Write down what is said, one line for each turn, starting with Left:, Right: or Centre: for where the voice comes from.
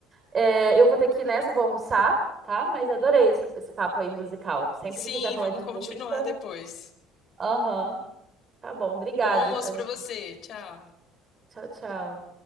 Right: É, eu vou ter que ir nessa, vou almoçar, tá? Mas adorei esse, esse papo aí musical. Sempre
Left: Sim,
Right: que quiser falar
Left: vamos
Right: de
Left: continuar
Right: música.
Left: depois.
Right: Aham. Tá bom, obrigada.
Left: Bom almoço
Right: Ana.
Left: pra você. Tchau.
Right: Tchau, tchau.